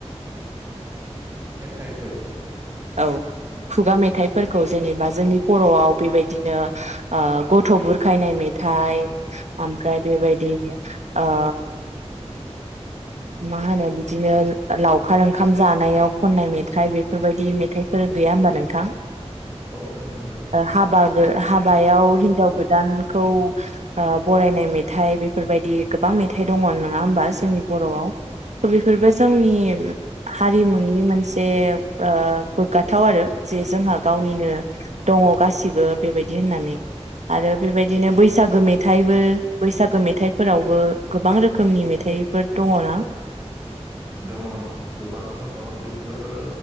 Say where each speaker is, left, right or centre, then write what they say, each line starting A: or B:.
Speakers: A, on the right; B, on the right.
A: मेथाइफोर
B: औ खुगा मेथाइफोरखौ जेनेबा जोंनि बर'आव बेबायदिनो ओ गथ' बुरखायनाय मेथाइ ओमफ्राय बेबायदिनो ओ मा होनो बिदिनो लावखार ओंखाम जानायाव खननाय मेथाइ बेफोरबायदि मेथाइफोर गैया होमबा नोंथां?
A: औ दोङो दोङो।
B: ओ हाबा गो हाबायाव हिन्जाव गोदानखौ ओ बरायनाय मेथाइ बेफोरबायदि गोबां मेथाइ दङ' नङा होमबा जोंनि बर'आव
A: औ
B: थ' बेफोरबो जोंनि हारिमुनि मोनसे ओ गोग्गाथाव आरो जे जोंहा गावनिनो दङ' गासिबो बेबायदि होननानै आरो बेबायदिनो बैसागो मेथाइबो बैसागो मेथाइफोरावबो गोबां रोखोमनि मेथाइफोर दङ'ना।
A: दङ' दङ' गोबां दङ' बेफोरो